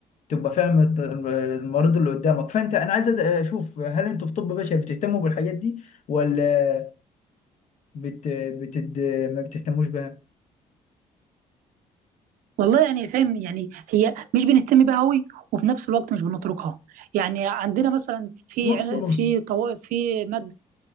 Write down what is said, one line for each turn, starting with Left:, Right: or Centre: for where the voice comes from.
Left: تبقى فاهم الت- المريض اللي قدامك فانت انا عايز أد- اشوف هل انتوا في طب بشري بتهتموا بالحاجات دي ولا بت... بتد... ما بتهتموش بها
Right: والله يعني فاهم يعني هي مش بنهتم بيها قوي وفي نفس الوقت مش بنتركها يعني عندنا مثلا في
Left: نص
Right: عل-
Left: نص
Right: في طوائف في ماده